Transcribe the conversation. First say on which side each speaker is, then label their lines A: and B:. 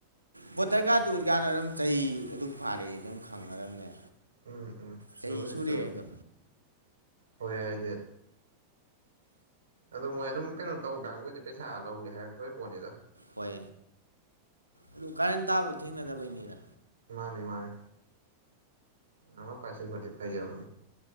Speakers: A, on the right; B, on the right.
A: ꯕꯣꯇꯔ ꯀꯔ ꯇ ꯑꯣꯏꯀꯥꯟꯗ ꯑꯗꯨꯝ ꯆꯍꯤ ꯑꯗꯨꯛ ꯐꯥꯔꯛꯑꯦ ꯑꯗꯨꯝ ꯈꯪꯒꯗꯕꯅꯦ
B: ꯎꯝ ꯎꯝ
A: ꯆꯍꯤ
B: ꯂꯕꯨꯗꯤ
A: ꯁꯨꯔꯦ
B: ꯆꯨꯝ
A: ꯑꯗꯣ
B: ꯍꯣꯏ ꯌꯥꯗꯤ ꯑꯣ ꯃꯣꯏ ꯑꯗꯨꯝ ꯀꯩꯅꯣ ꯇꯧ ꯀꯥꯡꯕꯨꯗꯤ ꯄꯩꯁꯥ ꯂꯧꯒꯦ ꯍꯥꯏꯔꯛꯇꯣꯏ ꯄꯣꯟꯠꯅꯤꯗ
A: ꯍꯣꯏ ꯑꯗꯨ ꯀꯔꯟ ꯇꯥꯕ ꯊꯦꯡꯅꯗꯕꯩꯅꯤꯗ
B: ꯃꯥꯅꯦ ꯃꯥꯅꯦ ꯑ ꯄꯥꯏꯁꯤꯟ ꯕꯗꯤ ꯐꯥꯏꯕ